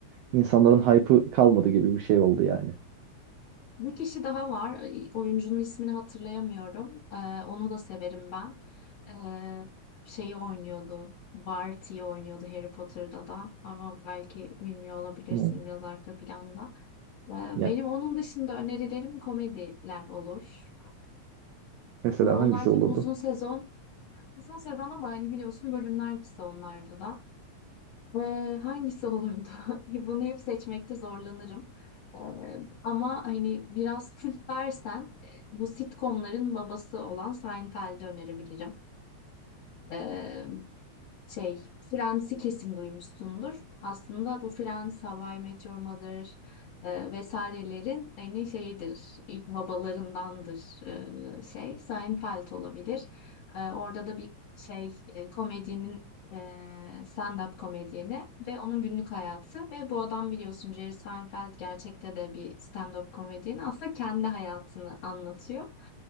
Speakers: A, on the right; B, on the left.
A: insanların hype'ı kalmadı gibi bir şey oldu yani.
B: bir kişi daha var. Ay, Oyuncunun ismini hatırlayamıyorum. Ee, onu da severim ben. Ee, şeyi oynuyordu. Barty'yi oynuyordu Harry Potter'da da ama belki bilmiyor olabilirsin
A: Hmm.
B: biraz arka planda. Ee,
A: Ya,
B: Benim onun dışında önerilerim komediler olur.
A: mesela
B: Ama onlar
A: hangisi olurdu?
B: tabii uzun sezon. Uzun sezon ama hani biliyorsun bölümler kısa onlarda da. Ee, hangisi olurdu? <laughs> Bunu hep seçmekte zorlanırım. Ee, ama hani biraz kült dersen e, bu sitcomların babası olan Seinfeld'i önerebilirim. Ee, Şey, Friends'i kesin duymuşsundur. Aslında bu Friends, How I Met Your Mother e, vesairelerin aynı şeyidir. İlk babalarındandır e, şey. Seinfeld olabilir. E, orada da bir şey e, komedyenin e, stand-up komedyeni ve onun günlük hayatı ve bu adam biliyorsun Jerry Seinfeld gerçekte de bir stand-up komedyeni aslında kendi hayatını anlatıyor.